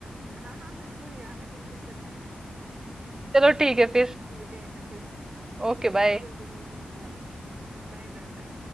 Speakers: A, on the right; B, on the right.
A: हाँ हाँ बिल्कुल यार बिल्कुल करना
B: चलो ठीक है फिर
A: मिलते हैं फिर
B: Okay
A: बिल्कुल
B: bye
A: बिल्कुल मिलते हैं बाद में Bye bye bye